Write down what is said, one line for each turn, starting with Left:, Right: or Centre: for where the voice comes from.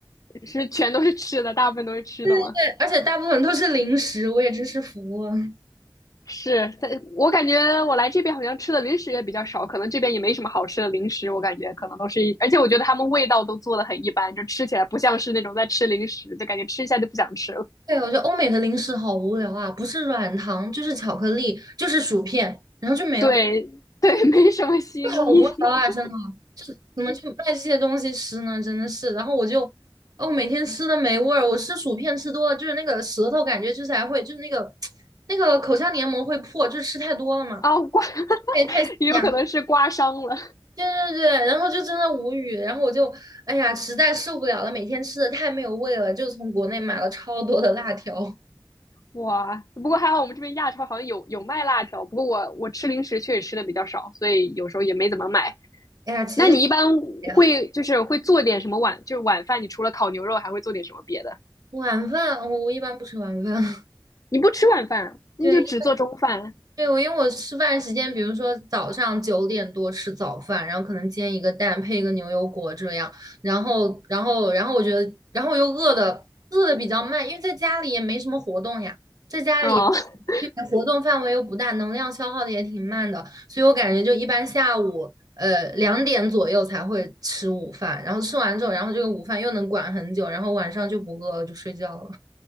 Left: 是全都是吃的，大部分都是吃的吗？
Right: <laughs> 而且大部分都是零食，我也真是服了。
Left: 是，在我感觉我来这边好像吃的零食也比较少，可能这边也没什么好吃的零食，我感觉可能都是，而且我觉得他们味道都做的很一般，就吃起来不像是那种在吃零食，就感觉吃一下就不想吃了，
Right: 对，我觉得欧美的零食好无聊啊，不是软糖就是巧克力，就是薯片，然后就没了，
Left: 对 <laughs> 对，没什么新意。
Right: 好无聊啊！真的，怎么就卖这些东西吃呢？真的是，然后我就，哦，每天吃的没味儿，我吃薯片吃多了，就是那个舌头感觉就是还会，就是那个 <tsk> 那个口腔黏膜会破，就是吃太多了嘛，
Left: 啊，刮，<laughs>
Right: 也太咸了，
Left: 也有可能是刮伤了。
Right: 对对对，然后就真的无语，然后我就，哎呀，实在受不了了，每天吃的太没有味了，就从国内买了超多的辣条，
Left: 哇，不过还好我们这边亚超好像有有卖辣条，不过我我吃零食确实吃的比较少，所以有时候也没怎么买。
Right: 哎呀，其实。
Left: 那你一般会就是会做点什么晚，
Right: 也。
Left: 就是晚饭，你除了烤牛肉还会做点什么别的？
Right: 晚饭我我一般不吃晚饭，<laughs>
Left: 你不吃晚饭啊，你就只做中饭
Right: 对对，我因为我吃饭时间，比如说早上九点多吃早饭，然后可能煎一个蛋配一个牛油果这样，然后然后然后我觉得，然后我又饿的饿的比较慢，因为在家里也没什么活动呀，在家里
Left: 啊？<laughs>
Right: 对活动范围又不大，能量消耗的也挺慢的，所以我感觉就一般下午呃两点左右才会吃午饭，然后吃完之后，然后这个午饭又能管很久，然后晚上就不饿了，就睡觉了。